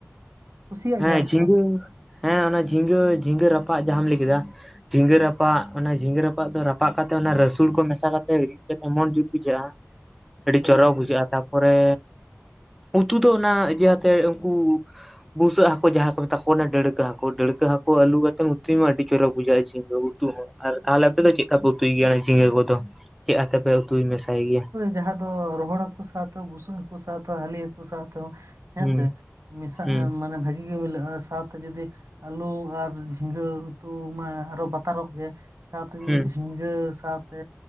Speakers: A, on the right; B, in the centre.
A: ᱠᱩᱥᱤᱭᱟᱜ
B: ᱦᱮᱸ
A: ᱜᱮᱭᱟᱢ ᱥᱮ
B: ᱡᱷᱤᱸᱜᱟᱹ
A: ᱵᱟᱝ?
B: ᱦᱮᱸ ᱚᱱᱟ ᱡᱷᱤᱸᱜᱟᱹ ᱡᱷᱤᱸᱜᱟᱹ ᱨᱟᱯᱟᱜ ᱡᱟᱦᱟᱸᱢ ᱞᱟᱹᱭ ᱠᱮᱫᱟ ᱡᱷᱤᱸᱜᱟᱹ ᱨᱟᱯᱟᱜ ᱚᱱᱟ ᱡᱷᱤᱸᱜᱟᱹ ᱨᱟᱯᱟᱜ ᱫᱚ ᱨᱟᱯᱟᱜ ᱠᱟᱛᱮ ᱚᱱᱟ ᱨᱟᱹᱥᱩᱱ ᱠᱚ ᱢᱮᱥᱟ ᱠᱟᱛᱮ ᱨᱤᱫ ᱠᱟᱛᱮ ᱢᱚᱸᱡᱽ ᱜᱮ ᱵᱩᱡᱷᱟᱹᱜᱼᱟ᱾ ᱟᱹᱰᱤ
A: ᱦᱳᱭ
B: ᱪᱚᱨᱚᱠ
A: ᱦᱳᱭ
B: ᱵᱩᱡᱷᱟᱹᱜᱼᱟ ᱛᱟᱨ ᱯᱚᱨᱮᱼᱼ ᱩᱛᱩ ᱫᱚ ᱚᱱᱟ ᱤᱭᱟᱹ ᱟᱛᱮᱫ ᱩᱱᱠᱩᱼᱼ ᱵᱩᱥᱟᱹᱜ ᱦᱟᱹᱠᱩ ᱡᱟᱦᱟᱸ ᱠᱚ ᱢᱮᱛᱟ ᱠᱚ ᱠᱟᱱᱟ ᱰᱟᱟᱹᱲᱠᱟᱹ ᱦᱟᱹᱠᱩ ᱰᱟᱹᱲᱠᱟᱹ ᱦᱟᱹᱠᱩ ᱟᱹᱞᱩ ᱠᱟᱛᱮ ᱩᱛᱩᱭ ᱢᱟ ᱟᱹᱰᱤ ᱪᱚᱨᱚᱠ ᱵᱩᱡᱷᱟᱹᱜᱼᱟ ᱡᱷᱤᱸᱜᱟᱹᱼᱼ ᱩᱛᱩ ᱦᱚᱸ ᱟᱨ ᱛᱟᱦᱚᱞᱮ ᱟᱯᱮ ᱫᱚ ᱪᱮᱫ ᱞᱮᱠᱟᱯᱮ ᱩᱛᱩᱭ ᱜᱮᱭᱟ ᱡᱷᱤᱸᱜᱟᱹ ᱠᱚᱫᱚ ᱪᱮᱫ ᱟᱛᱮᱯᱮ ᱩᱛᱩᱭ ᱢᱮᱥᱟᱭ ᱜᱮᱭᱟ᱾
A: ᱡᱟᱦᱟᱸ ᱫᱚ ᱨᱚᱦᱚᱲ ᱦᱟᱹᱠᱩ ᱥᱟᱶᱛᱮ ᱵᱩᱥᱟᱹᱜ ᱦᱟᱹᱠᱩ ᱥᱟᱶᱛᱮ ᱦᱚᱸ ᱦᱟᱹᱞᱤ ᱦᱟᱹᱠᱩ ᱥᱟᱶᱛᱮᱼᱼ ᱦᱮᱸᱥᱮ
B: ᱦᱩᱸ
A: ᱢᱮᱱᱟᱜᱼᱟ
B: ᱦᱩᱸ
A: ᱢᱟᱱᱮ ᱵᱷᱟᱹᱜᱤ ᱜᱮ ᱢᱤᱞᱟᱹᱜᱼᱟ ᱥᱟᱶᱛᱮ ᱡᱩᱫᱤ, ᱟᱹᱞᱩ ᱟᱨ ᱡᱷᱤᱸᱜᱟᱹ ᱩᱛᱩ ᱢᱟ ᱟᱨᱚ ᱵᱟᱛᱟᱨᱚᱜ ᱜᱮᱼᱼ ᱥᱟᱶᱛᱮ ᱡᱩᱫᱤ
B: ᱦᱩᱸ
A: ᱡᱷᱤᱸᱜᱟᱹ ᱥᱟᱶᱛᱮ